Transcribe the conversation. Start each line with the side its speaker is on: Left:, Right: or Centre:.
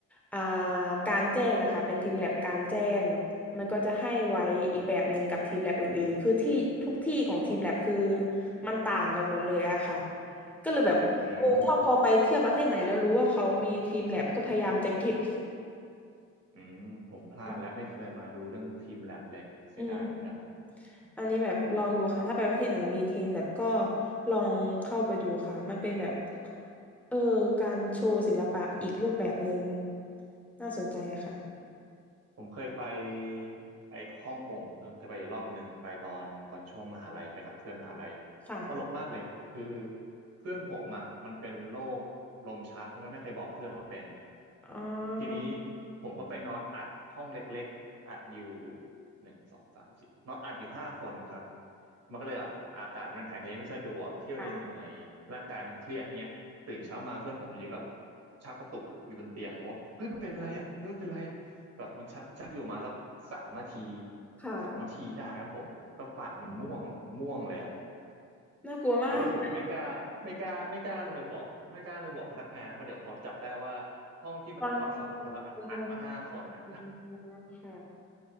Centre: อ่ากลางแจ้งอะค่ะเป็นทีมแลบกลางแจ้งมันก็จะให้ไว้อีกแบบหนึ่งกับทีมแลบอื่นๆคือที่ทุกที่ของทีมแลบคือมันต่างกันหมดเลยอะค่ะก็เลยแบบเอถ้าพอไปเที่ยวประเทศไหนแล้วรู้ว่าเขามีทีมแลบก็พยายามจะเก็บ
Right: อืม อืมผมพลาดและไม่เคยมาดูเรื่องทีมแลบเลยเสียดายเหมือนกัน
Centre: <laughs> อืม อันนี้แบบลองดูค่ะถ้าไปประเทศไหนมีทีมแลบก็ลองเข้าไปดูค่ะมันเป็นแบบเออการโชว์ศิลปะอีกรูปแบบหนึ่งน่าสนใจค่ะ
Right: ผมเคยไปไอ้ฮ่องกงเคยเคยไปอยู่รอบหนึ่งไปตอนตอนช่วงมหาลัยไปกับเพื่อนมหาลัย
Centre: ค่ะ
Right: ตลกมากเลยคือเพื่อนผมอ่ะมันเป็นโรคลมชักแล้วมันไม่เคยบอกเพื่อนว่าเป็น
Centre: อ๋อ
Right: ทีนี้ผมก็ไปนอนอัดห้องเล็กๆอัดอยู่หนึ่งสองสามสี่นอนอัดอยู่ห้าคนครับมันก็เลยแบบอากาศมันถ่ายเทไม่สะดวกเที่ยวในเหนื่อยๆร่างกายมันเครียดเนี่ยตื่นเช้ามาเพื่อนผมอยู่ดีก็แบบ
Centre: ค่ะ
Right: ชักกระตุกอยู่บนเตียงผมว่าเฮ้ยมันเป็นไรอ่ะเฮ้ยมันเป็นไรอ่ะ แบบมันชักชักอยู่มาสักสามนาที
Centre: ค่ะ
Right: สองนาทีได้ครับผมก็ปากมันม่วงแบบม่วงเลยอะ
Centre: น่ากลัวมาก
Right: แต่ว่าผมก็ไม่กล้าไม่กล้าไม่กล้าลงไปบอกไม่กล้าลงไปบอกพนักงานเพราะเดี๋ยวเขาจับได้ว่าห้องที่มันต้องนอนสองคนเราอัดอัดมาห้าคนอ่ะ
Centre: ตอนนี้เป็นคนน่ากลัวค่ะ